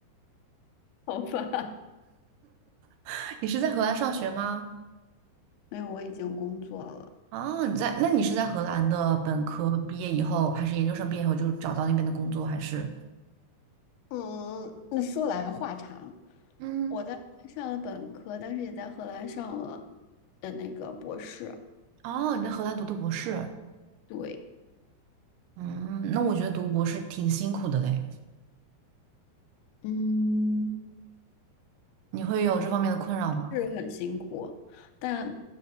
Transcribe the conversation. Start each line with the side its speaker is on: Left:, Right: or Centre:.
Left: 好吧，
Right: <laughs> 你是在荷兰上学吗？
Left: 没有，我已经工作了。
Right: 哦，你在，那你是在荷兰的本科毕业以后，还是研究生毕业以后就找到那边的工作，还是？
Left: 嗯，那说来话长，
Right: 嗯，
Left: 我在荷兰上了本科，但是也在荷兰上了的那个博士。
Right: 哦，你在荷兰读的博士。
Left: 对，
Right: 嗯，那我觉得读博士挺辛苦的嘞。
Left: 嗯。
Right: 你会有这方面的困扰吗？
Left: 是很辛苦，但